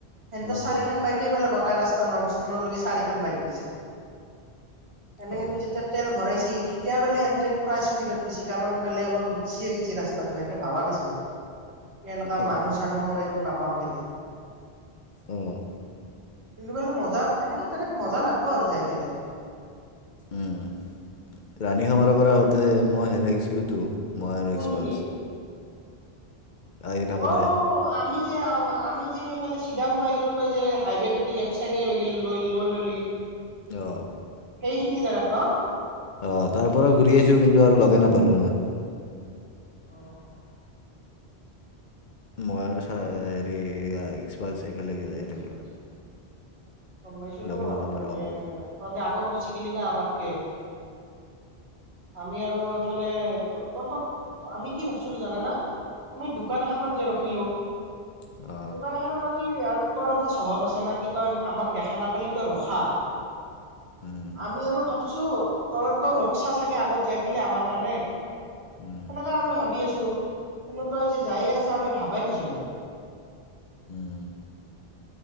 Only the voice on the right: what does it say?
সেনটো
চাৰিখন বাইকে বলে গটাই ৰাস্তাংষ্টেডত ল। খন বাইক দিছে এনে
কিন্ত যেতিয়া তেল ভৰাইছে টি কেতিয়া বোলে সিহতে পুৰা স্পীডত গিছি কাৰণ বোলে অলপ ৰিক্সি হৈ গৈছে ৰাস্তাটো হিহতে ভাবা নাছিল কে এনেুৱা
মানুহ-চানুহ একো নাপ পামবিলি
কিন্তু বলে মজা এনেকে জাগাত মজা লাগব আৰু যাই ফেলে
কোনখিনিত
অ আমি যে আৱ- আমি যে এইফালে চিধা সোমাই গে'লো, তই যে হাইৱেটোদি লেফ্ট চাইডে লৈ গেলি- লৈ- লৈ ললি।
সেইখিনি জাগাত ন'?
অ'।
এক্সপেনচিভ।
গম পাইছিলো
মই
তন্তে-
তন্তে আগত গুচি গেলি না আমাতকে। আমি আৰু এইফালে- তন্তক আমি কি ভাবিছিলো জানানা? আমি দোকান এখানত যে ৰখিলোঁ
দোকানখনত কি আৰু তোৰ এটা স্বভাৱ আছে ন কি তই আমাক দেখা নাপালি তই ৰখা।
আমি আৰু ভাবছো তই তো ৰখছা চাগে আগত যাই পেলাই আমাৰ কাৰণে,
সেনেককাে আমি ভাবি আছো কিন্তু তই যে যায়ে আছ আমি ভাবাই নাছিলো।